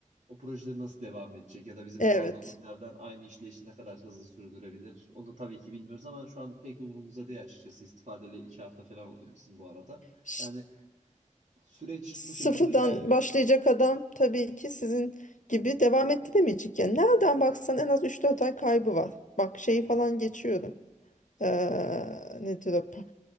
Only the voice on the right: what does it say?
o projeleri nasıl devam edecek ya da bizim
kaldığımız yerden aynı işleyişi ne kadar hızlı sürdürebilir? Onu tabii ki bilmiyoruz ama şu an pek umurumuzda değil açıkçası. İstifadeli iki hafta falan oluyor bizim bu arada.
Yani süreç
bu şekilde ilerliyor.